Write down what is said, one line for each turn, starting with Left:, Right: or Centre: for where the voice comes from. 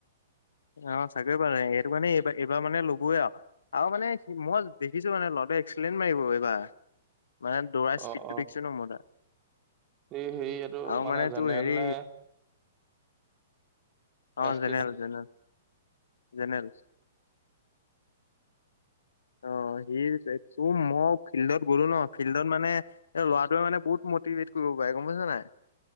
Left: অ চাকৰি পালে সেইটো মানে এইবাৰ এইবাৰ মানে লবোয়ে আৰু। আৰু মানে মই দেখিছো মানে ল এক্সেলেন মাৰিব এইবাৰ মানে দৌৰা স্পীডটো
Right: অ অ
Left: দেখিছো ন মই তাৰ।
Right: এই হেৰি এইটো
Left: আৰু
Right: মানে জেনেৰেল
Left: তোৰ হেৰি
Right: নে?
Left: অ
Right: এছ
Left: জেনেৰেল,
Right: টি নে
Left: জেনেৰেল। জেনেৰেল। অহঁ। অ' সেই ত মই ফিল্ডত গলো ন ফিল্ডত মানে এ ল'ৰাটোৱে মানে বহুত মটিভেট কৰিব বাই গম পাইছা নাই?